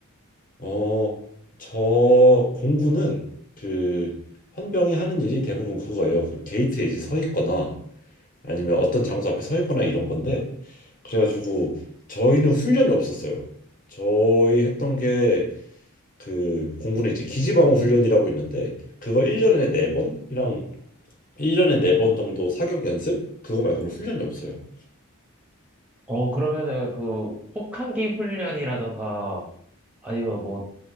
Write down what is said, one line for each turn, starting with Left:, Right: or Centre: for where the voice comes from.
Left: 어, 저 공군은 그 헌병이 하는 일이 대부분 그거예요. 그 게이트에 이제 서 있거나 아니면 어떤 장소 앞에 서 있거나 이런 건데 그래가지고 저희는 훈련이 없었어요. 저희 했던 게 그 공군에 이제 기지방어 훈련이라고 있는데 그거 1년에 4번이랑 1년에 4번 정도 사격 연습 그거 말고는 훈련이 없어요.
Centre: 어, 그러면은 그 혹한기 훈련이라던가 아니면 뭐